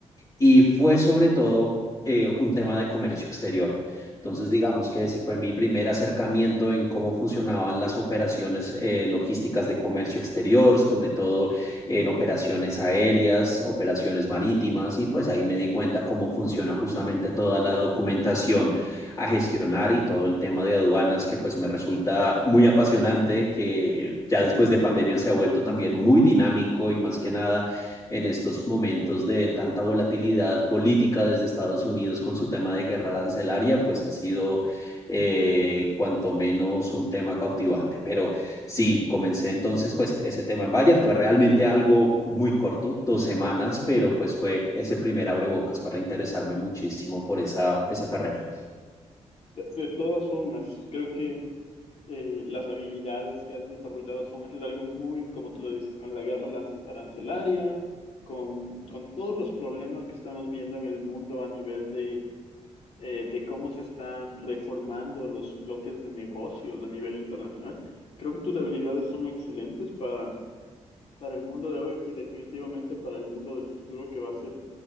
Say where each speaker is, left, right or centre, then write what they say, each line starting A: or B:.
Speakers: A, on the left (about 30°); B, on the left (about 55°).
A: y fue sobre todo eh, un tema de comercio exterior. Entonces, digamos que ese fue mi primer acercamiento en cómo funcionaban las operaciones eh, logísticas de comercio exterior, sobre todo en operaciones aéreas, operaciones marítimas, y pues ahí me di cuenta cómo funciona justamente toda la documentación a gestionar y todo el tema de aduanas que pues me resulta muy apasionante, que ya después de pandemia se ha vuelto también muy dinámico y más que nada en estos momentos de tanta volatilidad política desde Estados Unidos con su tema de guerra arancelaria, pues ha sido eh, cuanto menos un tema cautivante. Pero sí, comencé entonces pues ese tema en Bayer. Fue realmente algo muy corto, dos semanas, pero pues fue ese primer abrebocas para interesarme muchísimo por esa, esa carrera.
B: De, de todas formas, creo que eh, las habilidades que has desarrollado son es algo muy, como tú lo dices, con la guerra lan- arancelaria, con, con todos los problemas que estamos viendo en el mundo a nivel de eh, de cómo se están reformando los bloques de negocios a nivel internacional. Creo que tus habilidades son excelentes para, para el mundo de hoy y definitivamente para el mundo del futuro que va a ser